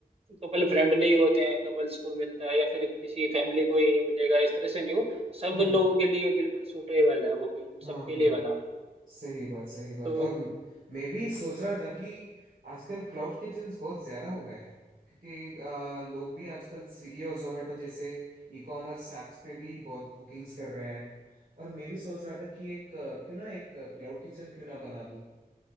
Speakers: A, on the right (about 40°); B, on the right (about 70°).
A: कपल फ्रेंडली होते हैं कपल्स को मिलता है या फिर किसी फैमिली को ये मिलेगा इस तरह से नहीं हो सब
B: हम्म
A: लोगों के लिए बिल्कुल सूटेबल है वो बिल्कुल
B: हाँ
A: सबके
B: हाँ
A: लिए बना हो
B: सही बात सही बात
A: तो
B: और म- मैं भी सोच रहा था कि आजकल क्लाउड किचन्स बहुत ज्यादा हो गए हैं क्योंकि आ, लोग भी आजकल स्विगी और जोमेटो जैसे ई कॉमर्स ऐप्स पे भी बहुत बुकिंग्स कर रहे हैं और मैं भी सोच रहा था कि एक अ, क्यों ना एक क्लाउड किचन क्यों ना बना दूं